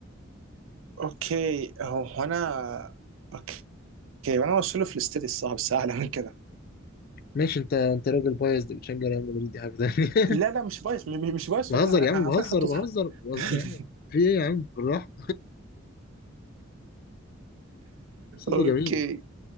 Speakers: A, on the right (about 75°); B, on the left (about 50°).
A: اوكي هو هو انا اوكي وانا اوصله في الاستدي الصعب بس اعلى من كده
B: ماشي انت انت راجل بايظ ده بتشجع ريال مدريد دي حاجه ثانيه
A: لا لا مش بايظ م- م- مش
B: <laughs>
A: بايظ
B: بهزر
A: والله انا
B: يا عم
A: أنا
B: بهزر
A: عارفين حطيتها
B: بهزر بهزر
A: <laughs>
B: يا عم في ايه يا عم بالراحه
A: اوكي
B: له جميل